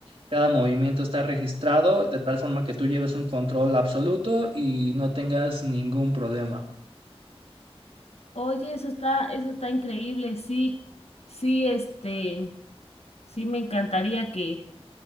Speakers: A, on the right; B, on the left.
A: cada movimiento está registrado de tal forma que tú lleves un control absoluto y no tengas ningún problema.
B: Oye, eso está, eso está increíble, sí, sí, este, sí me encantaría que